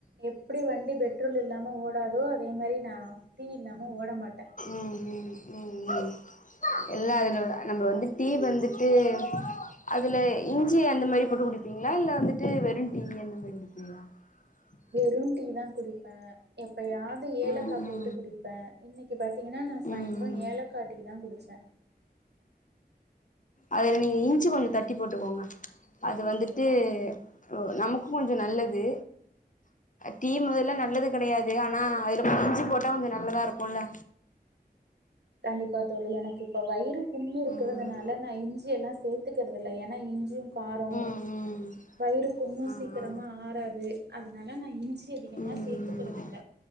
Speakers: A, on the right (about 80°); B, on the left (about 50°).
A: எப்டி வண்டி பெட்ரோல் இல்லாம ஓடாதோ அதே மாரி நா டீ இல்லாம ஓட மாட்ட
B: ம் ம் ம் ம் எல்லா அதுல நம்மல வந்து டீ வந்துட்டு அதுல இஞ்சி அந்த மாரி போட்டு குடிப்பீங்ளா இல்ல வந்துட்டு வெரு டீ அந்த மாரி குடிப்பீங் ம்
A: வெறு டீ தா குடிப்ப அ எப்பயாது
B: ம்
A: ஏலக்கா
B: ம்
A: போட்டு குடிப்ப இன்னைக்கி பாத்தீங்கனா நா
B: ம்
A: சாய்ந்திரோ
B: ம் ம்
A: ஏலக் காட்டிக்கு தா குடிச்ச
B: அதுல நீங்க இஞ்சி கொஞ்ச தட்டி போட்டுக்கோங்க அது வந்துட்டு ஒ நமக்கு கொஞ்ச நல்லது டீ மொதல்ல நல்லது கெடையாது ஆனா அதுல இஞ்சி போட்டா கொஞ்ச நல்லதா இருக்குல
A: கண்டிப்பா தோழி எனக்கு இப்ப வயிறு புண்ணு இருக்கிறதுனால
B: ம்
A: நா இஞ்சி எல்லா சே சேத்துக்கறது இல்ல ஏன்னா இஞ்சியு காரொ
B: ம் ம்
A: வயிறு புன்னு
B: ஆ
A: சீக் க்கறமா
B: ஆ
A: ஆறாது அதனால நா இஞ்சி அதிகமா
B: ம்
A: சேத்துக்கறது
B: ம்
A: இல்ல